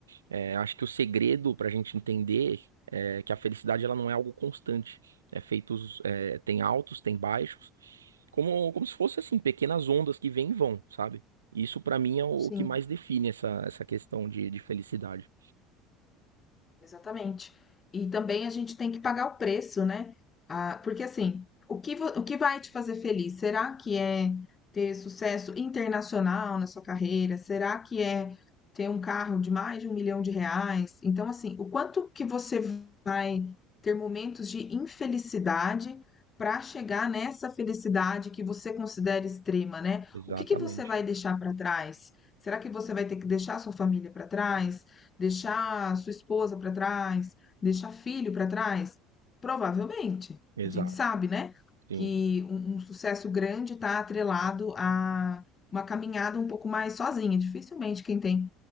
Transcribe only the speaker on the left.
Sim.
Exatamente. E também a gente tem que pagar o preço, né? Ah, porque assim, o que, vo- o que vai te fazer feliz? Será que é ter sucesso internacional na sua carreira? Será que é ter um carro de mais de um milhão de reais? Então, assim, o quanto que você vai ter momentos de infelicidade para chegar nessa felicidade que você considera extrema, né?
O que que você vai deixar para trás? Será que você vai ter que deixar sua família para trás? Deixar sua esposa para trás, deixar filho para trás? Provavelmente.
A gente sabe, né,
que um, um sucesso grande está atrelado a uma caminhada um pouco mais sozinha. Dificilmente quem tem